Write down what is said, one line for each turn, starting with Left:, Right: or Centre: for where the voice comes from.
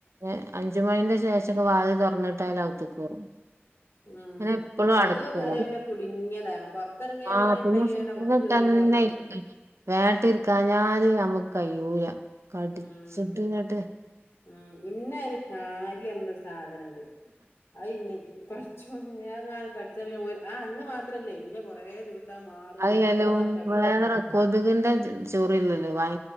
Right: യെ അഞ്ചു മണിന്റെ ശേഷേക്കെ വാതില് തുറന്നിട്ടാല് അകത്തേക്ക് കേറും.
Left: ഉം
Right: അങ്ങനെ എപ്പുളും
Left: അകത്തൊക്കെ
Right: അടുത്തൊള്ളത്
Left: കേറിയാ പിന്നെ കുടുങ്ങിയതാ പുറത്തിറങ്ങിയാ
Right: ആഹ് പിന്നെ
Left: ഉണ്ടെങ്കി
Right: <unintelligible>
Left: വേഗം അകത്ത് കേറി
Right: തന്നെ.
Left: പോന്നാ മതി
Right: വേട്ടയിറക്കഞ്ഞാല് നമ്മുക്ക് കയൂല കടിച്ചിട്ടിങ്ങോട്ട്.
Left: ഉം ഉം ഇനൊരു കാര്യോള്ള സാധനൊണ്ട് അത് ഇനേക്ക് കട് ച്ചോ ഞാനാര് കടിച്ച പിന്നെ ആഹ് അന്ന് മാ ത്രല്ലേ പിന്നെ കൊറെ ദിവസം ആഹ് മാറോളൂ
Right: അത് എലോ
Left: ആകഴില്ല.
Right: വേറെ കൊതുകിന്റെ ചൊറിലല്ലേ വൈ